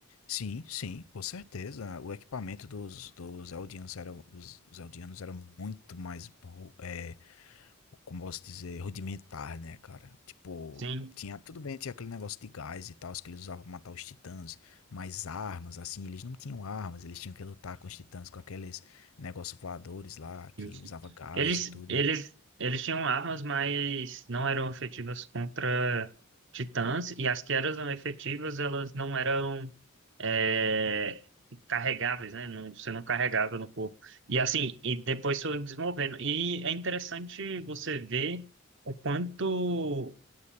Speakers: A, on the left (about 75°); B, on the right (about 55°).
A: Sim, sim, com certeza. O equipamento dos, dos Eldianos era, os, os Eldianos eram muito mais ru- é, como posso dizer, rudimentar, né, cara? Tipo,
B: Sim.
A: tinha, tudo bem, tinha aquele negócio de gás e tal, que eles usavam pra matar os titãs, mas armas, assim, eles não tinham armas, eles tinham que lutar com os titãs, com aqueles negócios voadores lá, que
B: Sim, sim.
A: usava gás
B: Eles,
A: e tudo.
B: eles, eles tinham armas, mas não eram efetivas contra titãs, e as que eram efetivas, elas não eram é, carregáveis, né? Não- você não carregava no corpo. E assim, e depois foram desenvolvendo. E é interessante você ver o quanto